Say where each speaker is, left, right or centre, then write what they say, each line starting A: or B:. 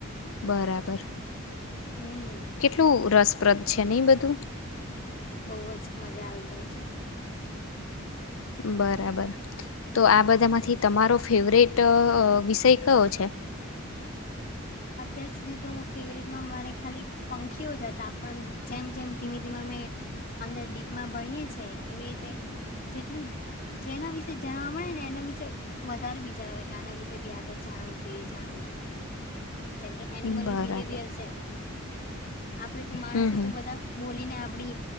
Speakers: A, on the left; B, on the left.
A: બરાબર
B: હમ
A: કેટલું રસ સ્પદ છે નહી બધું
B: બહુ જ મજા આવી જાયશું
A: બરાબર તો આ બધામાંથી તમારો ફેવરેટ વિષય કયો છે
B: અત્યાર સુધી તો ફેવરેટમાં મારે ખાલી પંખીઓ જ હતા પણ જેમ જેમ ધીમે ધીમે અમે અંદર ડીપમાં ભણીએ છે એવી રીતે જેટલું જેના વિશે જાણવા મળે ને એના વિશે વધારે વિચાર આવે કે આના વિશે બી આગળ જાણવું જોઈએ એ જાણવું જેમ કે એનિમલ
A: બરાબર
B: નું બિહેવિયર છે આપડે તો માણસ
A: હમ હમ
B: તો બધા બોલીને આપડી